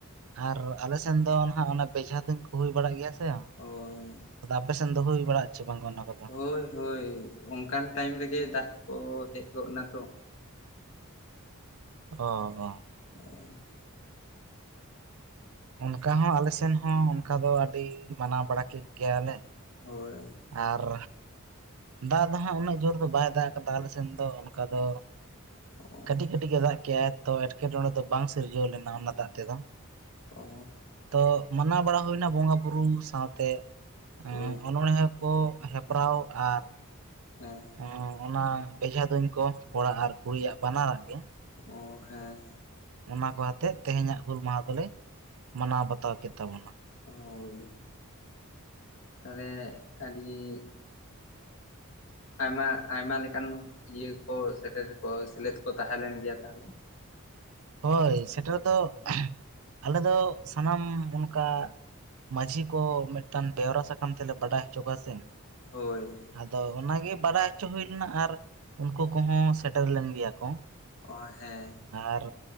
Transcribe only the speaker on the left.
ᱦᱳᱭ
ᱦᱳᱭ ᱦᱳᱭ ᱚᱝᱠᱟᱱ ᱴᱟᱭᱤᱢ ᱨᱮᱜᱮ ᱫᱟᱜ ᱠᱚ ᱦᱮᱡ ᱜᱚᱫ ᱮᱱᱟ ᱛᱚ᱾
<inaudible>
ᱦᱳᱭ
ᱚ
ᱚ
ᱦᱳᱭ
ᱦᱮᱸ
ᱚ ᱦᱮᱸ
ᱦᱳᱭ ᱛᱟᱦᱞᱮ ᱟᱹᱰᱤ ᱟᱭᱢᱟ ᱟᱭᱢᱟ ᱞᱮᱠᱟᱱ ᱤᱭᱟᱹ ᱠᱚ ᱥᱮᱴᱮᱨ ᱠᱚ ᱥᱮᱞᱮᱫ ᱠᱚ ᱛᱟᱦᱮᱸ ᱞᱮᱱ ᱜᱮᱭᱟ ᱛᱟᱦᱞᱮ?
ᱦᱳᱭ
ᱚ ᱦᱮᱸ